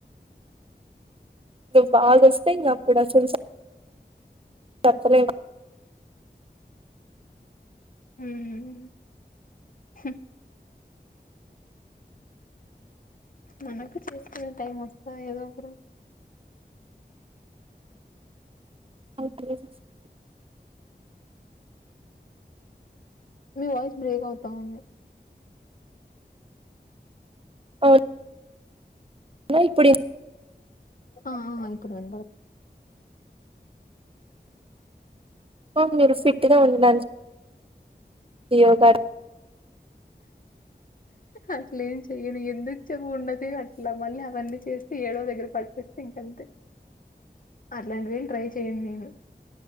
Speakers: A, on the right; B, on the left.
A: ను బాగా వస్తా ఇంకా అప్పుడ చలు తప్పరే
B: ఉమ్మ్ హుమ్ మనకు చేసుకునే టైం వస్తా ఏదో ఒకరు
A: <inaudible>
B: మీ వాయిస్ బ్రేక్ అవుతా ఉంది
A: అవు నా ఇప్పుడు ఇన్
B: ఆ ఆ ఇప్పుడు వినబడు
A: ఔను మీరు ఫిట్గా ఉండడాని యోగా
B: అసలేం చెయని ఎందుకు చెప్ప ఉండది అట్ల మళ్ళీ అవన్నీ చేస్తా ఏడో దగ్గర పట్టిస్తే ఇంకంతే అట్లాంటిదేని ట్రై చెయను నేను